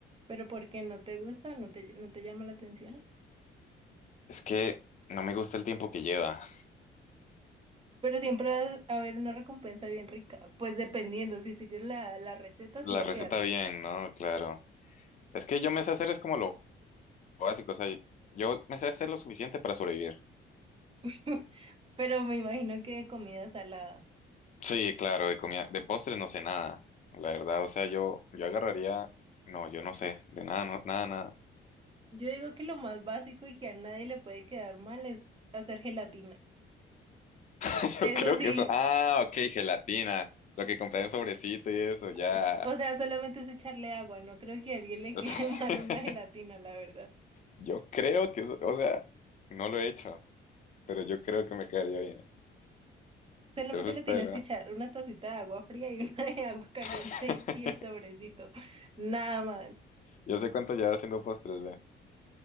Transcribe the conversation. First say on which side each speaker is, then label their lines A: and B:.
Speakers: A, on the right; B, on the left.
A: Pero ¿por qué no te gusta? ¿No te, no te llama la atención?
B: Es que no me gusta el tiempo que lleva.
A: Pero siempre va a haber una recompensa bien rica. Pues dependiendo, si sigues la, la receta, sí
B: La
A: va a
B: receta
A: quedar rica.
B: bien, ¿no? Claro. Es que yo me sé hacer es como lo básico, o sea, yo me sé hacer lo suficiente para sobrevivir.
A: <laughs> Pero me imagino que de comida salada.
B: Sí, claro, de comida, de postres no sé nada, la verdad, o sea, yo, yo agarraría, no, yo no sé, de nada, no- nada, nada.
A: Yo digo que lo más básico y que a nadie le puede quedar mal es hacer gelatina.
B: <laughs>
A: Eso
B: Yo creo
A: sí,
B: que eso, ah, ok, gelatina, lo que compré en sobrecito y eso,
A: <laughs>
B: ya.
A: o sea, solamente es echarle agua. No creo que a alguien le
B: O
A: quede
B: sea,
A: <laughs> mal
B: <laughs>
A: una gelatina, la verdad.
B: yo creo que eso, o sea, no lo he hecho, pero yo creo que me quedaría bien.
A: Solamente
B: Eso espero.
A: le tienes que echar una tacita de agua fría y una de agua caliente
B: <laughs>
A: y el sobrecito. Nada más.
B: Yo sé cuánto llevas haciendo postres, ve.